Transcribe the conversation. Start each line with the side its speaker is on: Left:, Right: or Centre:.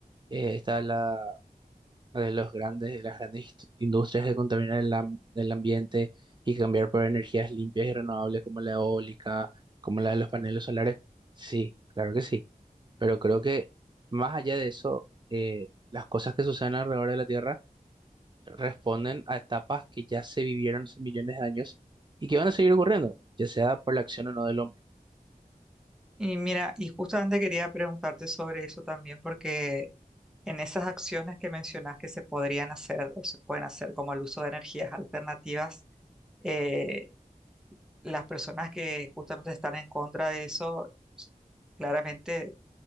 Right: eh, esta de la, de los grandes, de las grandes inst- industrias que contaminan el, am- el ambiente y cambiar por energías limpias y renovables como la eólica, como la de los paneles solares. Sí, claro que sí. Pero creo que más allá de eso, eh, las cosas que suceden alrededor de la Tierra responden a etapas que ya se vivieron hace millones de años y que van a seguir ocurriendo, ya sea por la acción o no del hombre.
Centre: Y mira, y justamente quería preguntarte sobre eso también, porque en esas acciones que mencionas que se podrían hacer o se pueden hacer como el uso de energías alternativas, eh, las personas que justamente están en contra de eso, s- claramente